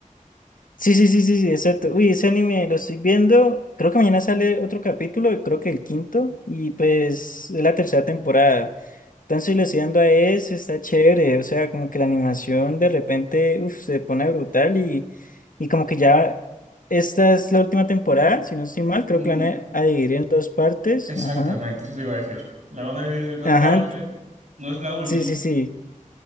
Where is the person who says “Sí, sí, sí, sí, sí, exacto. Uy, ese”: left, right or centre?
Left